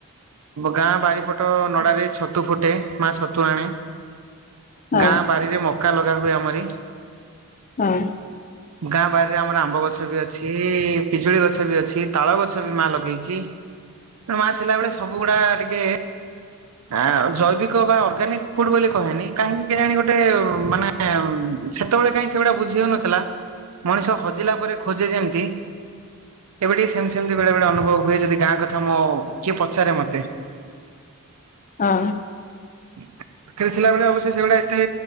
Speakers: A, on the right; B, on the left.
A: ଗାଁ ବାରିପଟ ନଡ଼ା ରେ ଛତୁ ଫୁଟେ ମା ଛତୁ ଆଣେ
B: ହଁ
A: ଗାଁ ବାରିରେ ମକା ଲଗା ହୁଏ ଆମରି
B: ହଁ!
A: ଗାଁ ବାରିରେ ଆମର ଆମ୍ବ ଗଛ ବି ଅଛି ପିଜୁଳି ଗଛ ବି ଅଛି ତାଳ ଗଛ ବି ମା ଲଗେଇଛି। ମା ଥିଲାବେଳେ ସବୁଗୁଡା ଟିକେ ଆ ଜୈବିକ ବା ଅର୍ଗାନିକ ଫୁଡ ବୋଲି କହେନି କାହିଁକି କେ ଜାଣି ଗୋଟେ ମାନେ ସେତେବେଳେ କାହିଁ ସେଗୁଡା ବୁଝିଉନଥିଲା ମଣିଷ ହଜିଲା ପରେ ଖୋଜେ ଯେମିତି ଏବେ ଟିକେ ସେମିତି ସେମିତି ବେଳେ ବେଳେ ଅନୁଭବ ହୁଏ। ଯଦି ଗାଁ କଥା ମୋ କିଏ ପଚାରେ ମତେ। <unintelligible>
B: ହଁ!
A: <inaudible> ପାଖିରେ ଥିଲାବେଳେ ଅବଶ୍ୟ ସେଗୁଡା ଏତେ